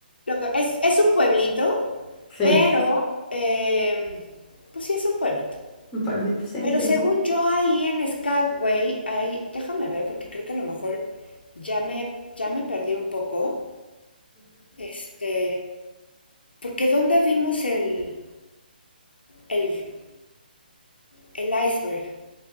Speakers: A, on the left; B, on the left.
A: Lo que, es, es un pueblito,
B: Sí.
A: pero, em, pues sí es un pueblito.
B: Un pueblito, sí,
A: Pero
B: sí.
A: según yo ahí en Skagway, ahí, déjame ver porque creo que a lo mejor ya me, ya me perdí un poco. Este, porque ¿dónde vimos el, el, el iceberg?